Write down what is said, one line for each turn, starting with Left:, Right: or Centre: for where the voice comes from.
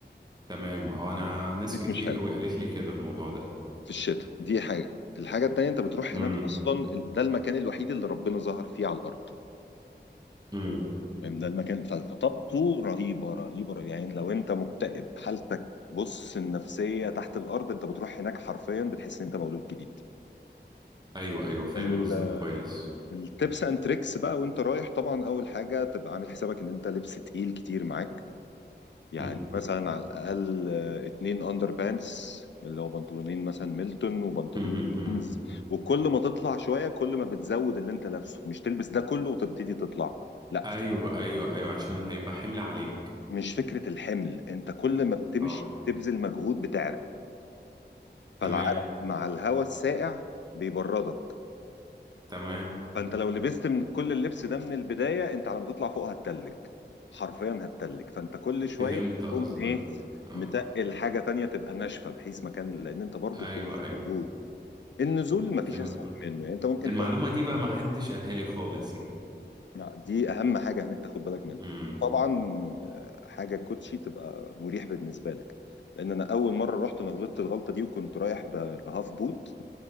Right: تمام اه انا ناس
Left: الصيف
Right: كتير
Left: مش حلو
Right: قوي قالت لي كده الموضوع ده
Left: في الشتاء دي حاجه الحاجه التانيه انت بتروح
Right: امم
Left: هناك اصلا ده المكان الوحيد اللي ربنا ظهر فيه على الارض
Right: امم
Left: ده المكان فطاقته رهيبه رهيبه رهيبة. يعني لو انت مكتئب حالتك بص النفسيه تحت الارض انت بتروح هناك حرفيا بتحس ان انت مولود جديد
Right: ايوه ايوه فاهم
Left: ال-
Right: قصدك كويس
Left: التبس اند تريكس بقى وانت رايح طبعا اول حاجه تبقى عامل حسابك ان انت لبس تقيل كتير معاك يعني
Right: امم
Left: مثلا على الاقل آه، اتنين اندر بانس اللي هو بنطلونين مثلا ميلتون وبنطلون
Right: امم أمم.
Left: جينز وكل ما تطلع شويه كل ما بتزود اللي انت لابسه مش تلبس ده كله وتبتدي تطلع لا
Right: ايوه ايوه ايوه عشان هيبقى حمل عليك
Left: مش فكرة الحمل انت كل ما بتمشي
Right: اه
Left: بتبذل مجهود بتعرق فالعرق
Right: تمام
Left: مع الهواء الساقع بيبردك
Right: تمام
Left: فانت لو لبست من كل اللبس ده من البداية انت على ما تطلع فوق هتتلج حرفيا هتتلج فانت كل شوية
Right: فهمت قصدك
Left: تقوم ايه
Right: اه
Left: متقل حاجة تانية تبقى ناشفة بحيث مكان لان انت برضو
Right: ايوه
Left: بتبذل
Right: ايوه
Left: مجهود النزول مفيش
Right: فهمت
Left: اسهل منه يعني انت ممكن
Right: المعلومة دي بقى ما حدش قالها لي خالص يعني
Left: لا دي اهم حاجه هناك تاخد بالك منها
Right: امم
Left: طبعا آه، حاجه الكوتشي تبقى مريح بالنسبه لك لان انا اول مره رحت انا غلطت الغلطه دي وكنت رايح ب- بهاف بوت